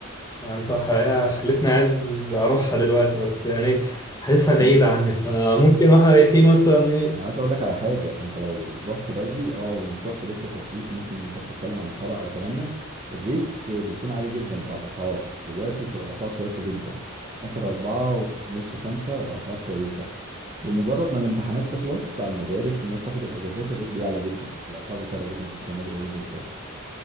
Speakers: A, on the left; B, on the right.
A: ما انت حقيقة خلتني عايز أروحها دلوقتي بس يعني حاسسها
B: أكيد
A: بعيدة عني فممكن واحنا رايحين مثلا ايه
B: انا عايز اقول لك على حاجه انت لو رحت بدري اه هو مش وقت لسه تصيف ممكن انت بتتكلم عن سبعة او ثمانية الريت بيكون عالي جدا بتاع الاسعار دلوقتي بتبقى الاسعار كويسه جدا اخر اربعة وفي نص خمسة الاسعار كويسه بمجرد ما الامتحانات تخلص بتاع المدارس والناس تاخد الاجازات الريت بيعلى جدا الاسعار بتعلى جدا في الفنادق والريزورتات